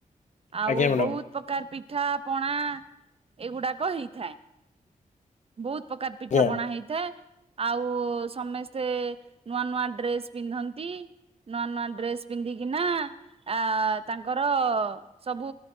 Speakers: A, on the right; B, on the left.
A: ଆଉ
B: ଆଜ୍ଞା ମ୍ୟାଡ଼ାମ
A: ବୋହୁତ ପ୍ରକାର ପିଠା ପଣା ଏଇଗୁଡାକ ହେଇଥାଏ। ବୋହୁତ ପ୍ରକାର ପିଠା
B: ଆଜ୍ଞା
A: ପଣା ହେଇ ଥାଏ। ଆଉ ସମସ୍ତେ ନୂଆ ନୂଆ ଡ୍ରେସ ପିନ୍ଧନ୍ତି। ନୂଆ ନୂଆ ଡ୍ରେସ ପିନ୍ଧିକିନା ଆ ତାଙ୍କର ସବୁ